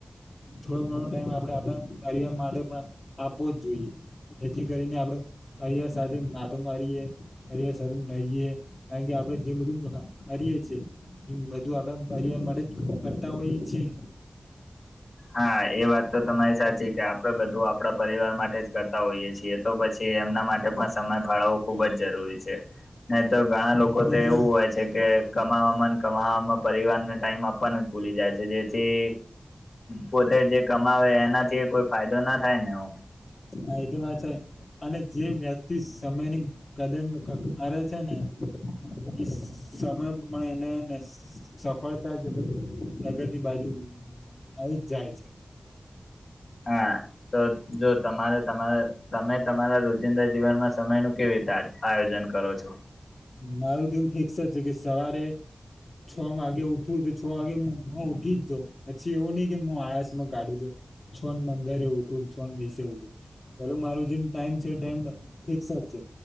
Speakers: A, on the left (about 50°); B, on the left (about 75°).
A: થોડો ઘણો ટાઈમ આપડે આપણા પરિવાર માટે પણ આપવો જ જોઈએ એથી કરી. ને આપડે. પરિવાર સાથે વાતો કરીએે પરિવાર સાથે રહીએ કારણ કે આપડણે જેમ બધું કરી. એ છે બધું આપડા માટે જ કરતા હોઈએ છીએ ને.
B: હા એ વાત તો તમારી સાચી કે આપડે બધું આપણા પરિવાર માટે જ કરતા હોઈએ છીએ તો પછી. એમના માટે પણ સમય ફાળવવો ખુબ જ જરૂરી છે નહી તો. ઘણા લોકો
A: ને અને
B: તો
A: જે
B: એવું હોય છે કે કમાવામાં. કમાવામાં પરિવારને ટાઈમ આપવાનો જ ભૂલી જાય છે જેથી પોતે જે. કમાવે એનાથી કોઈ ફાયદો ના થાય ને એ.
A: હા એ તો વાત છે અને જે વ્યક્તિ સ સમયની કદર કરે છે ને. એ સમય પણ એને ને સફળતા કે પ્રગતિ બાજુ આવી જ જાય છે.
B: હા તો જો તમારે તમારા તમે તમારા રોજિંદા જીવનમાં સમય નુ કેવી રીતે આયોજન કરો છો.
A: મારું તો એમ ફિક્સ જ છે કે સવારે છ વાગે ઉઠવું તો છ વાગે હું ઉઠ ઈ જ જો પછી એવું નહી કે હું આળસ માં કાઢું છું છન ને પંદરે ઉઠું છન વિષ ઉઠું પેલું મારું જે ટાઈમ છે એ ટાઈમ ફિક્સ જ છે